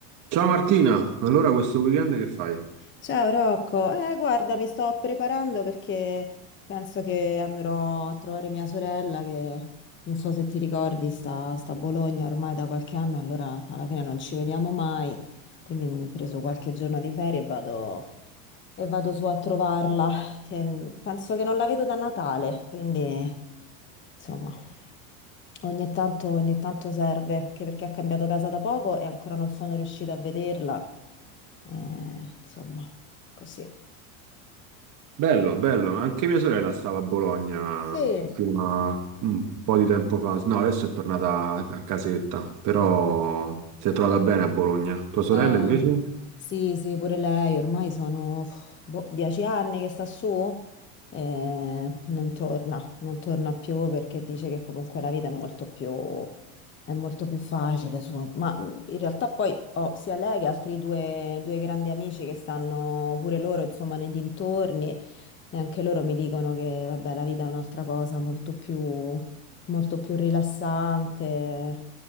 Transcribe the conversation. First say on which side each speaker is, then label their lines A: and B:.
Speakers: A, on the right; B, on the left.
A: Ciao Martina, allora questo weekend che fai?
B: Ciao Rocco, eh, guarda, mi sto preparando perché penso che andrò a trovare mia sorella che non so se ti ricordi, sta, sta a Bologna ormai da qualche anno, allora alla fine non ci vediamo mai, quindi mi ho preso qualche giorno di ferie e vado, e vado su a trovarla, che n- penso che non la vedo da Natale, quindi insomma ogni tanto, ogni tanto serve, anche perché ha cambiato casa da poco e ancora non sono riuscita a vederla, eh, insomma così.
A: Bello, bello, anche mia sorella stava a Bologna
B: Sì,
A: fino a un po' di tempo fa, no, adesso è tornata a a casetta, però si è trovata bene a Bologna. Tua sorella
B: eh,
A: invece?
B: sì, sì, pure lei, ormai sono uff, boh, dieci anni che sta su e non torna, non torna più perché dice che comunque la vita è molto più, è molto più facile su. Ma mh, in realtà poi ho sia lei che altri due, due grandi amici che stanno pure loro, insomma, nei dintorni e anche loro mi dicono che, vabbè, la vita è un'altra cosa molto più, molto più rilassante.